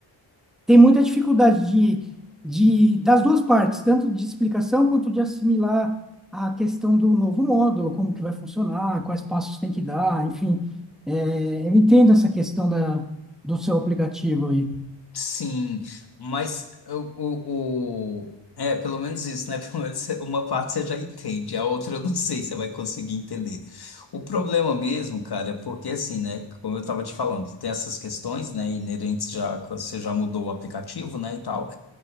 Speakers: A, in the centre; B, on the left.
A: tem muita dificuldade de, de das duas partes, tanto de explicação quanto de assimilar a questão do novo módulo, como que vai funcionar, quais passos tem que dar, enfim. É, eu entendo essa questão da, do seu aplicativo aí.
B: Sim, mas o, o, o- é, pelo menos isso, né? <laughs> Pelo menos uma parte você já entende, a outra eu não sei se você vai conseguir entender. O problema mesmo, cara, é porque assim, né? Como eu tava te falando, tem essas questões, né? Inerentes já quando você já mudou o aplicativo, né? E tal.